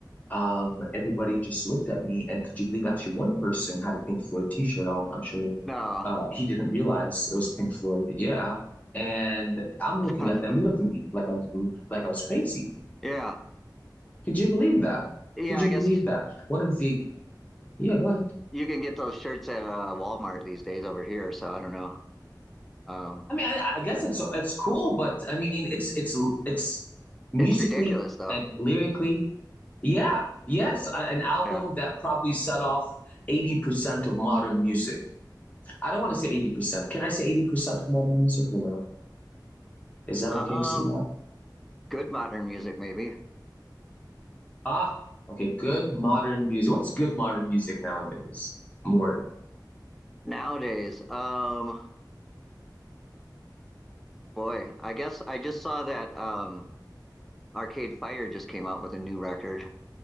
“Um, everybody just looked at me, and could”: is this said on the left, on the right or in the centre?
Left